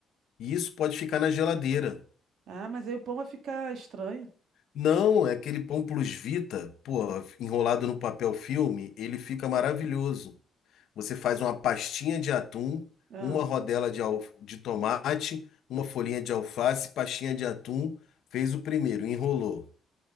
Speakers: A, on the left; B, on the right.
A: e isso pode ficar na geladeira.
B: Ah, mas aí o pão vai ficar estranho.
A: Não, é aquele pão plus vita, pô, enrolado no papel filme, ele fica maravilhoso. Você faz uma pastinha de atum,
B: Ah.
A: uma rodela de, al- de tomate, uma folhinha de alface, pastinha de atum, fez o primeiro, enrolou.